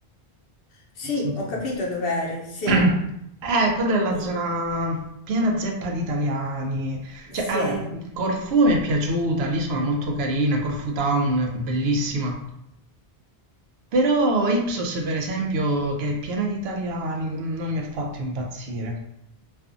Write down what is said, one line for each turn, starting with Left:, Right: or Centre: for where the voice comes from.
Left: Sì,
Right: Non so se
Left: ho capito
Right: poi-
Left: dove eri, sì.
Right: <clears throat> Eh, quella è la
Left: I-
Right: zona piena zeppa di italiani. Cioè,
Left: Sì.
Right: allora, Corfù mi è piaciuta, l'isola è molto carina, Corfu Town, bellissima. Però Ipsos, per esempio, che è piena di italiani, non mi ha fatto impazzire.